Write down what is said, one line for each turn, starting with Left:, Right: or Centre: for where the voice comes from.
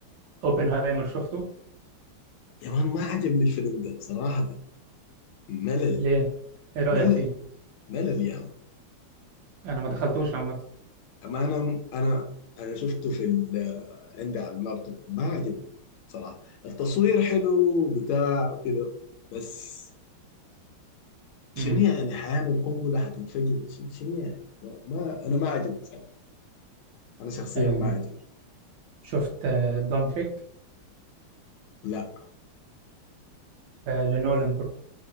Right: اوبنهايمر شفته
Left: يا مان ما عجبني الفيلم ده صراحه ملل
Right: ليه ايه رأيك
Left: ملل
Right: فيه
Left: ملل يا مان
Right: انا ما دخلتوش عامة
Left: أما انا انا انا شفته في ال- عندي على اللابتوب ما عجبني صراحه التصوير حلو بتاع وكذا بس شنو
Right: امم
Left: يعني حيعمل قنبلة هتنفجر شنو شنو يعني ما, ما أنا ما عجبني صراحة أنا شخصيا
Right: آه،
Left: ما عجبني
Right: شفت آه، دونتريك
Left: لا
Right: آه، لنولان برضو